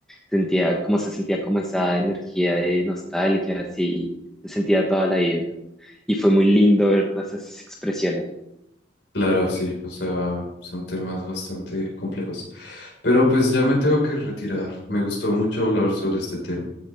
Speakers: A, in the centre; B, on the left (about 65°).
A: Sentía como se sentía como esa energía de nostalgia, así, se sentía toda la vibra. Y fue muy lindo ver todas esas expresiones.
B: Claro, sí, o sea, son temas bastante complejos. Pero pues ya me tengo que retirar. Me gustó mucho hablar sobre este tema.